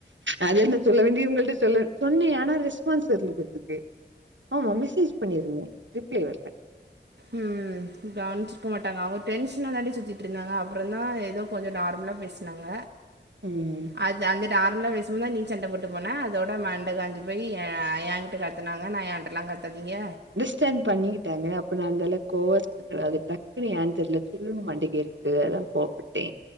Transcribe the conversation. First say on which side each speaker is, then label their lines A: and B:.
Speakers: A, on the right; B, on the right.
A: அது என்ன சொல்ல வேண்டியவங்கள்ட சொல் சொன்னே ஆனா ரெஸ்பான்ஸ் இல்ல அதுக்கு ஆமா மெசேஜ் பண்ணிருந்தே ரிப்ளே வர்ல
B: ம் கவனிச்சிர்க மாட்டாங்க அவ டென்ஷனா தான்டி சுத்திட்டு இருந்தாங்க அப்றோ தா ஏதோ கொஞ்சோ நார்மலா பேசனாங்க
A: ம்
B: அது அந்த நார்மலா பேசன நீ சண்ட போட்டு போன அதோட மண்ட காஞ்சி போய் ஏ ஏகி ட்ய கத்தனாங்க நா என்டல்லா கத்தாதீங்க
A: ச்சன் பண்ணிட்டாங்க அப்ப நா அந்தளவு கோவ த்துவ அது டக்குனு யானு தெர்ல அது சுல்லுனு மண்டைக்கு ஏறிட்டு அதா கோவபட்டே